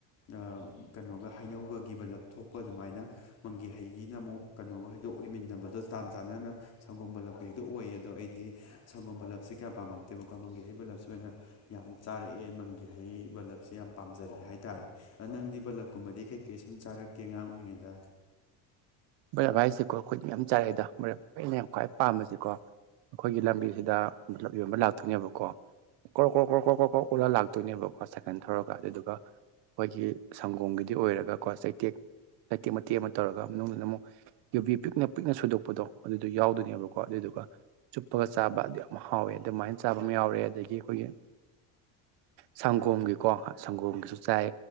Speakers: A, on the left; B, on the right.
A: ꯑ ꯀꯩꯅꯣꯒ ꯍꯩꯅꯧꯒꯒꯤ ꯕꯂꯞ ꯊꯣꯛꯄ ꯑꯗꯨꯃꯥꯏꯅ ꯃꯪꯒꯦ ꯍꯩꯒꯤꯅ ꯑꯃꯨꯛ ꯀꯩꯅꯣ ꯍꯣꯏꯗꯣ ꯑꯣꯏꯃꯤꯟꯅꯕꯗꯣ ꯇꯥꯟ ꯆꯥꯟꯅꯅ ꯁꯪꯒꯣꯝ ꯕꯂꯞꯀ ꯍꯦꯛꯇ ꯑꯣꯏꯌꯦ ꯑꯗꯣ ꯑꯩꯗꯤ ꯁꯪꯒꯣꯝ ꯕꯂꯞꯁꯦ ꯀꯌꯥ ꯄꯥꯝꯃꯛꯇꯦꯕꯀꯣ ꯃꯪꯒꯦ ꯍꯩ ꯕꯂꯞꯁꯦ ꯑꯣꯏꯅ ꯌꯥꯝ ꯆꯥꯔꯛꯑꯦ ꯃꯪꯒꯤ ꯍꯩ ꯕꯂꯞꯁꯦ ꯌꯥꯝ ꯄꯥꯝꯖꯔꯛꯑꯦ ꯍꯥꯏꯇꯥꯥꯔꯦ ꯑꯗꯣ ꯅꯪꯗꯤ ꯕꯂꯞꯀꯨꯝꯕꯗꯤ ꯀꯩꯀꯩ ꯁꯨꯝ ꯆꯥꯔꯛꯀꯦ ꯑꯉꯥꯡ ꯑꯣꯏꯔꯤꯉꯩꯗ
B: ꯕꯔꯞ ꯍꯥꯏꯁꯤꯀꯣ ꯑꯩꯈꯣꯏꯗꯤ ꯌꯥꯝ ꯆꯥꯔꯛꯑꯦꯗ ꯕ꯭ꯔꯞ ꯑꯩꯅ ꯌꯥꯝ ꯈ꯭ꯋꯥꯏ ꯄꯥꯝꯕꯗꯤꯀꯣ ꯑꯩꯈꯣꯏꯒꯤ ꯂꯝꯕꯤꯁꯤꯗ ꯕꯂꯞ ꯌꯣꯟꯕ ꯂꯥꯛꯇꯣꯏꯅꯦꯕꯀꯣ ꯀ꯭ꯔꯣ ꯀ꯭ꯔꯣ ꯀ꯭ꯔꯣ ꯀ꯭ꯔꯣ ꯀ꯭ꯔꯣꯛ ꯑꯣꯠꯂ ꯂꯥꯛꯇꯨꯏꯅꯦꯕ ꯀꯣ ꯁꯥꯏꯀꯟ ꯊꯧꯔꯒ ꯑꯗꯨꯗꯨꯒ ꯈꯣꯏꯒꯤ ꯁꯪꯒꯣꯝꯒꯤꯗꯤ ꯑꯣꯏꯔꯒꯀꯣ ꯆꯩꯇꯦꯛ ꯆꯩꯇꯦꯛ ꯃꯇꯦꯛ ꯑꯃ ꯇꯧꯔꯒ ꯃꯅꯨꯡ ꯗꯅ ꯑꯥꯃꯨꯛ ꯌꯨꯕꯤ ꯄꯤꯛꯅ ꯄꯤꯛꯅ ꯁꯣꯏꯗꯣꯛꯄꯗꯣ ꯑꯗꯨꯗꯣ ꯌꯥꯎꯗꯣꯏꯅꯦꯕꯀꯣ ꯑꯗꯨꯏꯗꯨꯒ ꯆꯨꯞꯄꯒ ꯆꯥꯕ ꯑꯗꯨ ꯌꯥꯝ ꯍꯥꯎꯋꯦ ꯑꯗꯨꯃꯥꯏꯅ ꯆꯥꯕ ꯑꯃ ꯌꯥꯎꯔꯦ ꯑꯗꯒꯤ ꯈꯣꯏꯒꯤ ꯁꯪꯒꯣꯝꯒꯤꯀꯣ ꯁꯪꯒꯣꯝꯒꯤꯁꯨ ꯆꯥꯏ